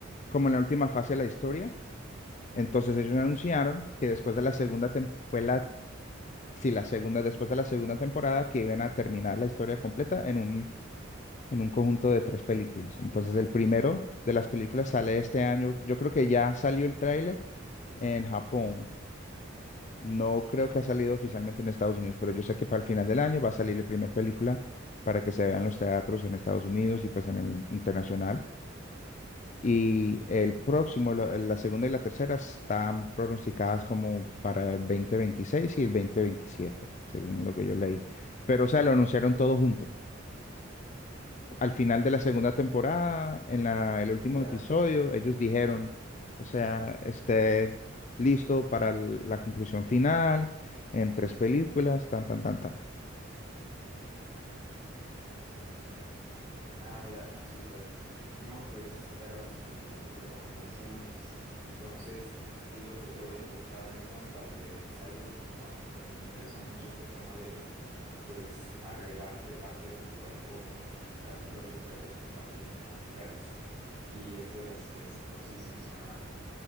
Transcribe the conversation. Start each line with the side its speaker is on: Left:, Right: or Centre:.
Left: como en la última fase de la historia. Entonces ellos anunciaron que después de la segunda, tem- fue la, sí, la segunda, después de la segunda temporada que iban a terminar la historia completa en un en un conjunto de tres películas. Entonces, el primero de las películas sale este año. Yo creo que ya salió el tráiler en Japón. No creo que ha salido oficialmente en Estados Unidos, pero yo sé que para el final del año va a salir la primera película para que se vean los teatros en Estados Unidos y pues en el internacional. Y el próximo, la, la segunda y la tercera están pronosticadas como para el 2026 y el 2027, según lo que yo leí. Pero, o sea, lo anunciaron todo junto. al final de la segunda temporada, en la- el último
Right: Ya.
Left: episodio, ellos dijeron, o sea, esté listo para l- la conclusión final, en tres películas, tan, tan, tan, tan.
Right: Ah, ya, súper. No, pues te agradezco mucho tus recomendaciones. Entonces, pues yo creo que voy a empezar con la de Cyberpunk porque me interesó mucho este tema de, pues, agregarte partes a tu cuerpo, modificar tu propio cuerpo con partes mecánicas. Y esto de la ciberpsicosis me suena